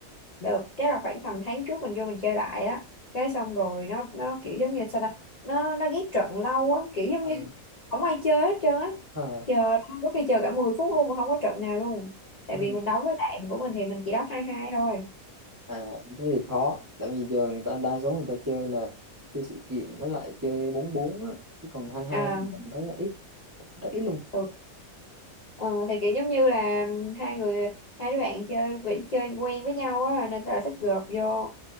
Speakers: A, on the left (about 75°); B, on the right (about 25°).
A: được cái là khoảng tầm tháng trước mình vô mình chơi lại á cái xong rồi nó nó kiểu giống như sao ta nó nó ghét trận lâu á kiểu giống
B: Ờ,
A: như <laughs> không ai chơi hết trơn á
B: ờ,
A: chờ có khi chờ cả 10 phút luôn mà không có trận nào luôn tại
B: ừ.
A: vì mình đấu với bạn của mình thì mình chỉ đấu hai hai thôi
B: À, thế thì khó tại vì giờ người ta đa số người ta chơi là chơi sự kiện với lại chơi bốn bốn á chứ còn hai hai
A: Ờ,
B: thì mình thấy là ít rất ít luôn
A: Ừ. Ờ, thì kiểu giống như là hai người hai đứa bạn chơi quen chơi quen với nhau á nên là thích gộp vô